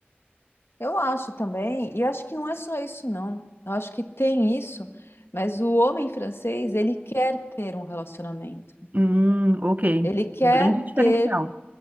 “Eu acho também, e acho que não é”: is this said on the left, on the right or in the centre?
Left